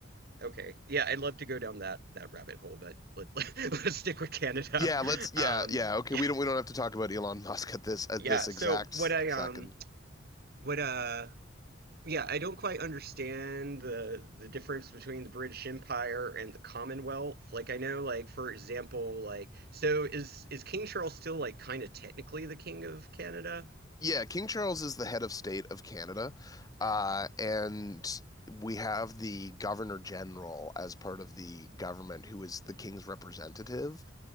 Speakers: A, on the right; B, on the left.
A: Okay. Yeah, I'd love to go down that that rabbit hole, but let, <laughs> let, us stick with Canada.
B: Yeah, let's.
A: <laughs>
B: Yeah,
A: Um
B: yeah. Okay,
A: yeah,
B: we don't. We don't have to talk about Elon Musk at this at
A: yeah.
B: this
A: So
B: exact
A: what I
B: second.
A: um what uh yeah, I don't quite understand the the difference between the British Empire and the Commonwealth. Like I know like for example like so is is King Charles still like kind of technically the king of Canada?
B: Yeah, King Charles is the head of state of Canada, uh, and we have the Governor General as part of the government, who is the King's representative.